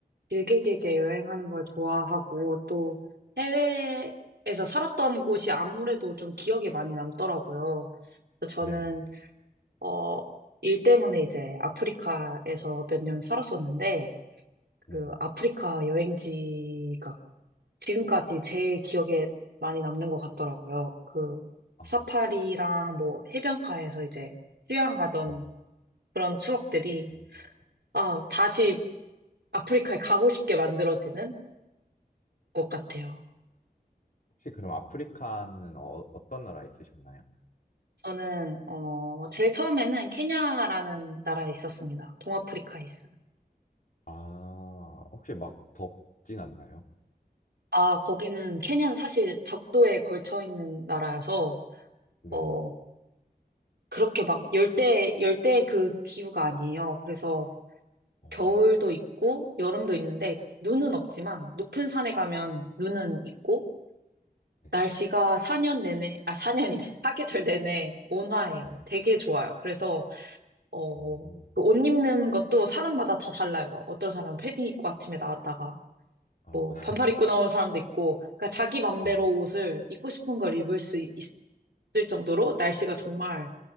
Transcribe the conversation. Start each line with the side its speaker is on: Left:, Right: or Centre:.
Right: 길게 길게 여행하는 걸 좋아하고 또 해외에서 살았던 곳이 아무래도 좀 기억에 많이 남더라고요. 그래서 저는,
Left: 네네,
Right: 어, 일 때문에 이제 아프리카에서 몇 년 살았었는데
Left: 네,
Right: 그 아프리카 여행지가 지금까지 제일 기억에 많이 남는 것 같더라고요. 그
Left: 아,
Right: 사파리랑 뭐 해변가에서 이제 휴양하던
Left: 네.
Right: 그런 추억들이
Left: 음.
Right: 아, 다시 아프리카에 가고 싶게 만들어지는 것 같아요.
Left: 혹시 그럼 아프리카는 어, 어떤 나라에 있으셨나요?
Right: 저는, 어, 제일 처음에는 케냐라는 나라에 있었습니다. 동아프리카에 있어요.
Left: 아, 혹시 막 덥진 않나요?
Right: 아, 거기는, 케냐는 사실 적도에 걸쳐 있는 나라여서,
Left: 네.
Right: 어, 그렇게 막 열대, 열대 그 기후가 아니에요. 그래서
Left: 어,
Right: 겨울도 있고, 여름도 있는데, 눈은 없지만, 높은 산에 가면 눈은 있고,
Left: 네.
Right: 날씨가 4년 내내, 아, 4년이래. 사계절 <laughs> 내내 온화해요.
Left: 네.
Right: 되게 좋아요. 그래서, 어,
Left: 오.
Right: 그 옷 입는 것도 사람마다 다 달라요. 막 어떤 사람 은 패딩 입고 아침에 나왔다가
Left: 아,
Right: 뭐 반팔
Left: <laughs>
Right: 입고 나오는 사람도 있고, 그러니까 자기 맘대로
Left: 네.
Right: 옷을 입고 싶은 걸 입을 수 있- 있을 정도로 날씨가 정말